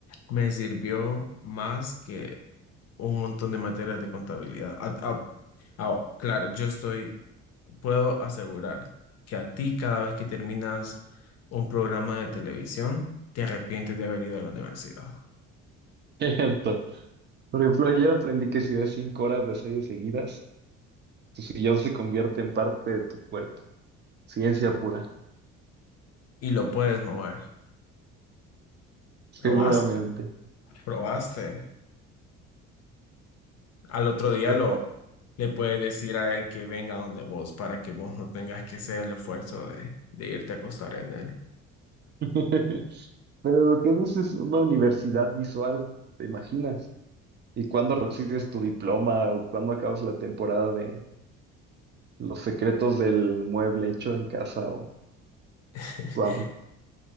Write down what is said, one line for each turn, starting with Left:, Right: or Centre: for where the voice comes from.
Left: me sirvió más que un montón de materias de contabilidad. A- a- a- claro, yo estoy, puedo asegurar que a ti cada vez que terminas un programa de televisión, te arrepientes de haber ido a la universidad
Right: Cierto. Por ejemplo, ayer aprendí que si ves cinco horas de series seguidas, tu sillón se convierte en parte de tu cuerpo. Ciencia pura,
Left: y lo puedes mover.
Right: seguramente.
Left: Probaste, probaste. Al otro día
Right: Pero,
Left: lo le puedes decir a él que venga donde vos para que vos no tengas que hacer el esfuerzo de, de irte a acostar en él.
Right: <laughs> pero lo que dices es una universidad visual, ¿te imaginas? ¿Y cuándo recibes tu diploma o cuándo acabas la temporada de Los secretos del mueble hecho en casa o
Left: <laughs>
Right: cuándo?